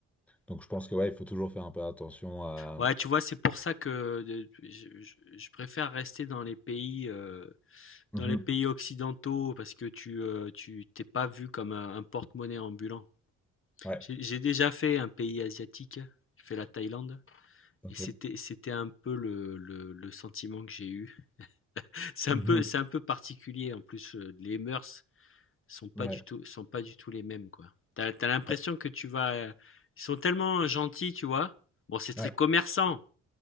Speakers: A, in the centre; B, on the left.
A: donc je pense que ouais, il faut toujours faire un peu attention à.
B: Ouais, tu vois, c'est pour ça que de- je, je- je préfère rester dans les pays euh,
A: Mhm.
B: Dans les pays occidentaux, parce que tu, euh, tu t'es pas vu comme un, un porte-monnaie ambulant.
A: Ouais.
B: J'ai j'ai déjà fait un pays asiatique, j'ai fait la Thaïlande,
A: Ok.
B: et c'était, c'était un peu le, le, le sentiment que j'ai eu. <laughs> C'est un
A: Mhm.
B: peu, c'est un peu particulier, en plus, euh, les mœurs sont pas
A: Ouais.
B: du tout, sont pas du tout les mêmes, quoi. T'as, t'as l'impression
A: Oh,
B: que tu vas... euh, Ils sont tellement gentils, tu vois. Bon, c'est très
A: Ouais.
B: commerçant,